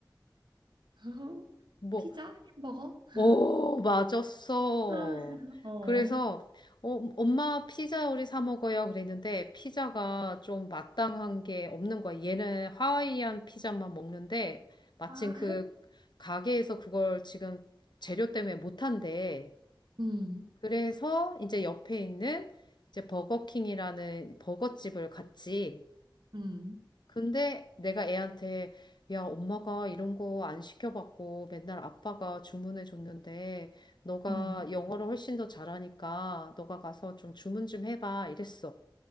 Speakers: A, on the right; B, on the left.
A: <laughs>
B: 뭐
A: 피자? 햄버거? <laughs>
B: 오, 맞았어.
A: 아, 어.
B: 그래서 어, 엄마 피자 우리 사 먹어요 그랬는데 피자가 좀 마땅한 게 없는 거야. 얘는 하와이안 피자만 먹는데 마침
A: 아,
B: 그 가게에서 그걸 지금 재료 때문에 못 한대.
A: 음,
B: 그래서 이제 옆에 있는 이제 버거킹이라는 버거집을 갔지.
A: 음,
B: 근데 내가 애한테 야, 엄마가 이런 거 안 시켜봤고 맨날 아빠가 주문해 줬는데 너가
A: 음,
B: 영어를 훨씬 더 잘하니까 너가 가서 좀 주문 좀 해봐 이랬어.